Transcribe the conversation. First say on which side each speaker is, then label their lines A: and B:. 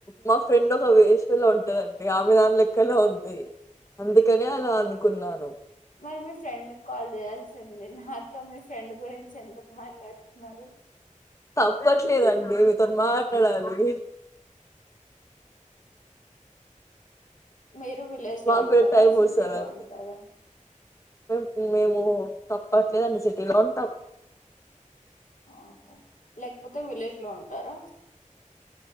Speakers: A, on the left; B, on the left.
A: మా ఫ్రె రం ఒక వేషవిలో ఉంటదండి ఆమె దాని లెక్కలా ఉంది అందుకనే అలా అనుకున్నాను
B: మరి మీ ఫ్రెండ్ కాల్ చేయాల్సింది నాతో మీ ఫ్రెండ్ గురించి ఎందుకు మాట్లాడుతున్నారు
A: తప్పట్లేదండి మీతో మాట్లాడాలి
B: మీరు విలేజ్
A: మాకు
B: లో ఉంటారా
A: కూడా టైం
B: సిటీ
A: వస్తదండి.
B: లో ఉంటరా
A: మేం మేము తప్పట్లేదండి సిటీలో ఉంటాం
B: ఆహో లేకపోతే విలేజ్ లో ఉంటారా